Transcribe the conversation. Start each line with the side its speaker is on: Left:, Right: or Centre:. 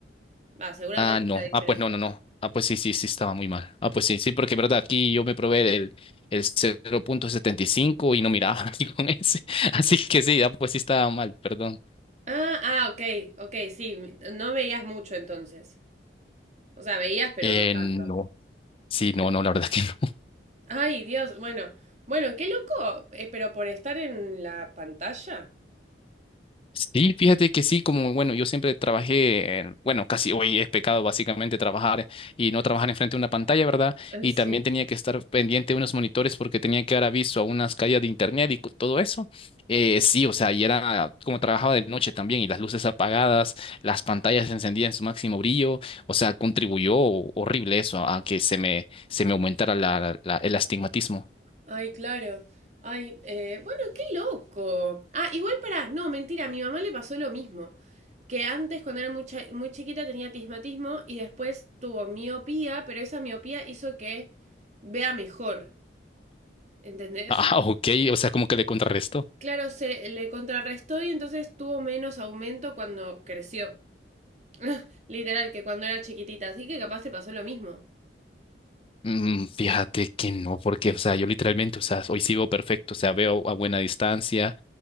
Right: Va, seguramente
Left: Ah, no.
Right: sea diferente.
Left: Ah, pues no, no, no. Ah, pues sí, sí, sí, estaba muy mal. Ah, pues sí, sí, porque verdad, aquí yo me probé el, el 0.75 y cinco y no miraba <laughs> aquí con ese. Así que sí, ah, pues sí estaba mal, perdón.
Right: Ah, ah, ok, ok, sí, mi- no veías mucho entonces. O sea, veías, pero
Left: Eh,
Right: no tanto.
Left: no. Sí, no, no, la verdad que no.
Right: Ay, Dios, bueno, bueno, qué loco, eh, pero por estar en la pantalla.
Left: Sí, fíjate que sí, como bueno, yo siempre trabajé, en- bueno, casi hoy es pecado básicamente trabajar y no trabajar enfrente de una pantalla, ¿verdad?
Right: <laughs>
Left: Y
Right: Sí.
Left: también tenía que estar pendiente de unos monitores porque tenía que dar aviso a unas calles de internet y co- todo eso. Eh, sí, o sea, y era como trabajaba de noche también y las luces apagadas, las pantallas encendidas en su máximo brillo, o sea, contribuyó horrible eso a, a que se me, se me aumentara la- la- el astigmatismo.
Right: Ay, claro. Ay, eh, bueno, qué loco. Ah, igual para, no, mentira, a mi mamá le pasó lo mismo. Que antes, cuando era muy, cha- muy chiquita, tenía tismatismo y después tuvo miopía, pero esa miopía hizo que vea mejor, ¿entendés?
Left: <laughs> Ah, ok, o sea, como que le contrarrestó.
Right: Claro, se le contrarrestó y entonces tuvo menos aumento cuando creció. <laughs> Literal, que cuando era chiquitita. Así que capaz te pasó lo mismo.
Left: Mm, Fíjate que no, porque, o sea, yo literalmente, o sea, hoy sí veo perfecto, o sea, veo a buena distancia,